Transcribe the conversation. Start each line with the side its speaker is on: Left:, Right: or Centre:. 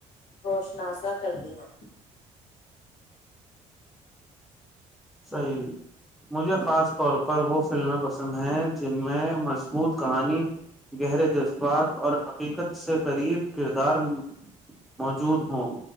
Left: روشناسا کرتے ہیں
Centre: صحیح مجھے خاص طور پر وہ فلمیں پسند ہیں جن میں مضبوط کہانی گہرے جذبات اور حقیقت سے قریب کردار موجود ہوں